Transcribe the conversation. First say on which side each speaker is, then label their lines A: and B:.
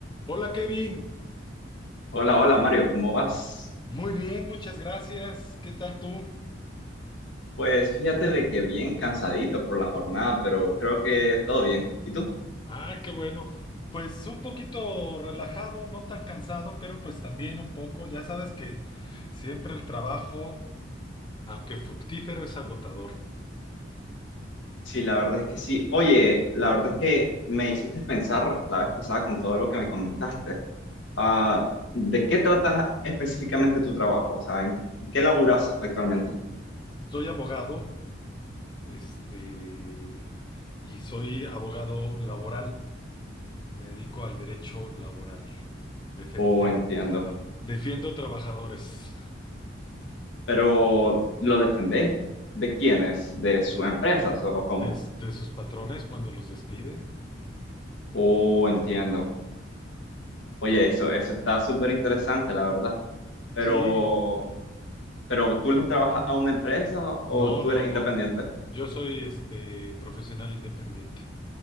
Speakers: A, on the left; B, on the left.
A: Hola Kevin,
B: Hola, hola Mario, ¿cómo vas?
A: muy bien, muchas gracias. ¿Qué tal tú?
B: Pues fíjate de que bien cansadito por la jornada, pero creo que todo bien. ¿Y tú?
A: Ah, qué bueno. Pues un poquito relajado, no tan cansado, pero pues también un poco. Ya sabes que siempre el trabajo, aunque fructífero, es agotador.
B: Sí, la verdad es que sí. Oye, la verdad es que me hiciste pensar la vez pasada con todo lo que me comentaste. Ah, ¿de qué tratas específicamente tu trabajo? O sea, ¿en qué laburas actualmente?
A: Soy abogado, este, y soy abogado laboral. Me dedico al derecho laboral. Defen-
B: Oh,
A: de-
B: entiendo.
A: defiendo trabajadores
B: Pero ¿lo defendés? ¿De quiénes? ¿De sus empresas o cómo?
A: de de sus patrones cuando los despiden.
B: Oh, entiendo. Oye, eso, eso está súper interesante, la verdad. Pero
A: Sí,
B: Pero tú le trabajas a una empresa o
A: No,
B: tú
A: no,
B: eres independiente.
A: no. Yo soy este profesional independiente.